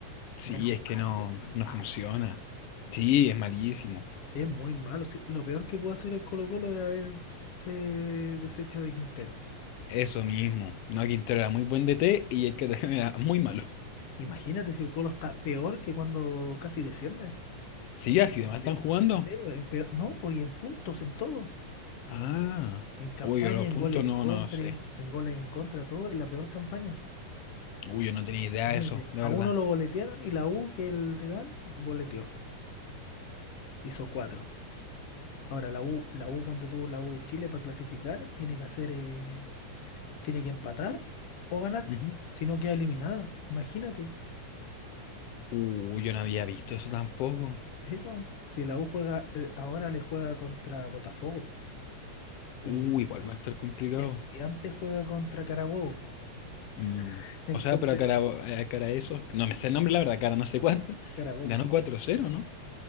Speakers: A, on the left; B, on the left.
A: Sí,
B: Menos
A: es que
B: mal,
A: no,
B: si es muy malo.
A: no funciona. Sí, es malísimo.
B: Es muy malo. sí. Lo peor que pudo hacer el Colo-Colo es haberse deshecho de Quintero.
A: Eso mismo. No, Quintero era muy buen D T y el que <laughs> era muy malo.
B: Imagínate si el Colo está peor que cuando casi desciende.
A: Sí, así
B: ¿En
A: de mal están jugando.
B: serio? En peor- no, pues y en puntos, en todo.
A: Ah.
B: En campaña,
A: Uy, yo los
B: en
A: puntos
B: goles en
A: no,
B: contra,
A: no sé.
B: en goles en contra, todo, en la peor campaña.
A: Uy, yo no tenía idea
B: Imagínate,
A: de eso, la
B: a
A: verdad.
B: uno lo boletearon y la U, que el rival, boleteó. Hizo cuatro. Ahora la U, la U, ponte tú, la U de Chile para clasificar, tiene que hacer, eh, tiene que empatar o ganar.
A: Ujú.
B: Si no queda eliminada, imagínate.
A: Uy, yo no había visto eso tampoco.
B: Sí, po. Si la U juega, eh, ahora le juega contra Botafogo
A: Uh,
B: y
A: igual va a estar complicado.
B: Estudiantes juega contra Carabobo.
A: Mm,
B: <laughs> Entonces,
A: O sea, pero a cara, a cara a eso, no me sé el nombre, la verdad, cara no sé cuánto.
B: Carabobo.
A: Ganó cuatro cero ¿no?